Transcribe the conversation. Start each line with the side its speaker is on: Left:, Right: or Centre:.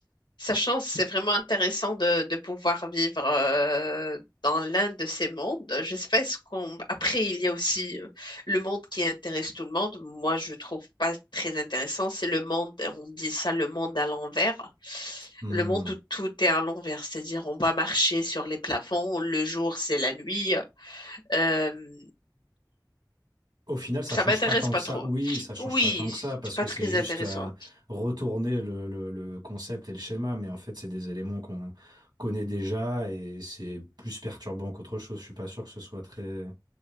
Left: Ça change, c'est vraiment intéressant de, de pouvoir vivre euh, dans l'un de ces mondes. Je sais pas, est-ce qu'on. Après, il y a aussi euh, le monde qui intéresse tout le monde. Moi, je trouve pas très intéressant. C'est le monde, on dit ça, le monde à l'envers.
Right: Hmm.
Left: Le monde où tout est à l'envers, c'est-à-dire on va marcher sur les plafonds, le jour c'est la nuit. Euh,
Right: Au final, ça
Left: Ça
Right: change
Left: m'intéresse
Right: pas tant
Left: pas
Right: que ça.
Left: trop.
Right: Oui, ça change
Left: Oui,
Right: pas tant que ça parce
Left: c'est pas
Right: que c'est
Left: très
Right: juste
Left: intéressant.
Right: euh, retourner le, le- le concept et le schéma, mais en fait, c'est des éléments qu'on connaît déjà et c'est plus perturbant qu'autre chose. Je suis pas sûr que ce soit très,